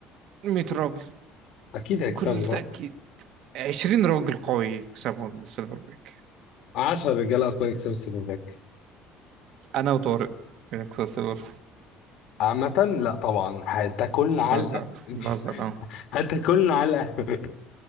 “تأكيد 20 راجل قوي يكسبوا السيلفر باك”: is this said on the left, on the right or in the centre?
Right